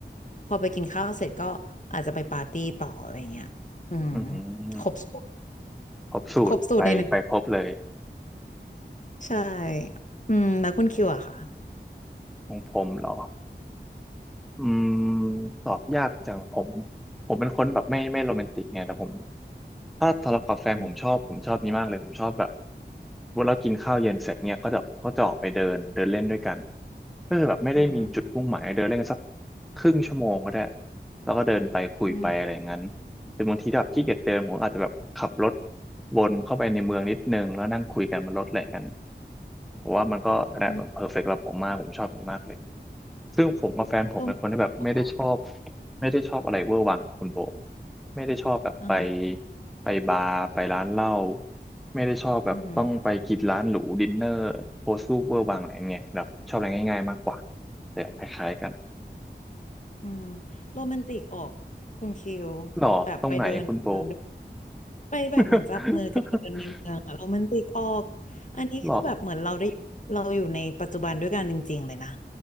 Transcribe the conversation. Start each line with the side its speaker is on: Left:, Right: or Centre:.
Left: พอไปกินข้าวเสร็จก็อาจจะไปปาร์ตี้ต่ออะไรเงี้ยอืม
Centre: อืม
Left: ครบสูตร
Centre: ครบสูตรไปไปครบเลย
Left: ครบสูตรในหนึ่งใช่อืมแล้วคุณคิวอะค่ะ
Centre: ของผมเหรอ อืมตอบยากจังผมผมเป็นคนแบบไม่ไม่โรแมนติกไงแต่ผมถ้าทะเลาะกับแฟนผมชอบผมชอบนี้มากเลยผมชอบแบบ
Left: อืม
Centre: เวลากินข้าวเย็นเสร็จเนี่ยก็จะก็จะออกไปเดินเดินเล่นด้วยกันก็คือแบบไม่ได้มีจุดมุ่งหมายเดินเล่นกันสัก
Left: อืม
Centre: ครึ่งชั่วโมงก็ได้แล้วก็เดินไปคุยไปอะไรอย่างนั้น
Left: อืม
Centre: แต่บางทีถ้าแบบขี้เกียจเดินผมอาจจะแบบขับรถวนเข้าไปในเมืองนิดนึงแล้วนั่งคุยกันบนรถอะไรอย่างนั้นผมว่ามันก็แบบเพอร์เฟกต์สำหรับผมมากผมชอบอย่างนี้มากเลย
Left: อืม
Centre: ซึ่งผมกับแฟนผมเป็นคนที่แบบไม่ได้ชอบ
Left: โรแมนติกออก
Centre: ไม่ได้ชอบอะไรเวอร์วังคุณโบไม่ได้ชอบแบบไป
Left: อือฮะ
Centre: ไปบาร์ไปร้านเหล้าไม่ได้ชอบแบบต้องไปกินร้านหรูดินเนอร์โพสต์รูปเวอร์วังอะไรอย่างเงี้ยแบบชอบอะไรง่ายๆมากกว่า
Left: อือฮึ
Centre: แต่คล้ายๆกัน
Left: อืมโรแมนติกออกคุณคิว
Centre: หล่อตรงไหนคุณโป
Left: แบบไปเดินเดิน ไปแบบเหมือนจับมือกันเดินในเมืองอะโรแมนติกออก
Centre: <laughs>
Left: อันนี้คือแบบเหมือนเราได้เราอยู่ในปัจจุบันด้วยกันจริงๆเลยนะ
Centre: หล่อ